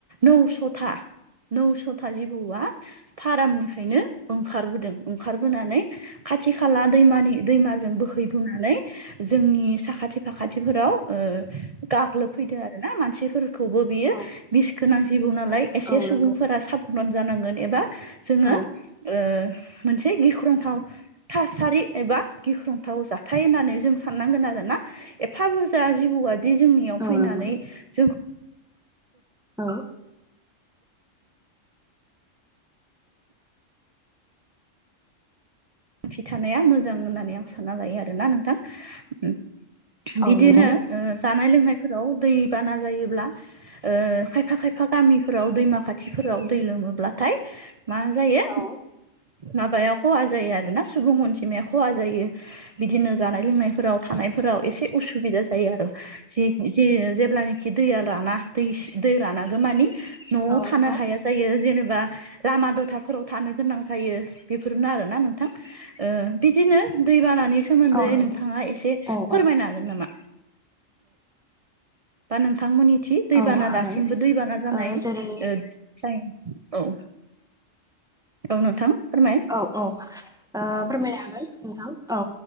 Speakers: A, on the right (about 55°); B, in the centre.
A: नौस'था नौस'था जिबौआ फारामनिफ्रायनो ओंखारबोदों ओंखारबोनानै खाथि खाला दैमानि दैमाजों बोहैबोनानै जोंनि साखाथि फाखाथिफोराव ओ गाग्लोबफैदों आरो ना मानसिफोरखौबो बियो
B: औ
A: बिस गोनां जिबौ नालाय एसे
B: औ
A: सुबुंफोरा
B: नंगौ
A: साब दान जानांगोन एबा जोङो
B: औ
A: ओ मोनसे गिख्रंथाव थासारि एबा गिख्रंथाव जाथाय होननानै जों साननांगोन आरो ना एफा बुरजा जिबौआदि जोंनि
B: औ
A: फैनानै
B: नंगौ
A: जों
B: औ
A: थि थानाया मोजां होननानै आं सानना लायो आरोना नोंथां
B: औ
A: बिदिनो
B: नंगौ
A: जानाय लोंनायफोराव दै बाना जायोब्ला खायफा खायफा गामिफोराव दैमा खाथिफोराव दै लोमोब्लाथाय मा जायो
B: औ
A: माबाया खहा जायो आरोना सुबुं अनजिमाया खहा जायो। बिदिनो जानाय लोंनायफोराव थानायफोराव एसे उसुबिदा जायो आरो। जि जेब्लानाखि दैया राना दै दै रानांगौ मानि न'आव
B: औ
A: थानो
B: नंगौ
A: हाया। जायो जेनेबा लामा दथाफोराव थानो गोनां जायो बेफोरनो आरोना नों नोंथां बिदिनो दैबानानि सोमोन्दै
B: औ नंगौ
A: नोंथाङा एसे
B: औ
A: फोरमायना
B: औ
A: गोन नामा बा नोंथांमोननि थि दैबाना
B: औ हागोन
A: दासिमबो दैबाना जानाय
B: ओ जेरै
A: जायो औ औ नोंथां फोरमाय
B: औ औ फोरमायनो हागोन। औ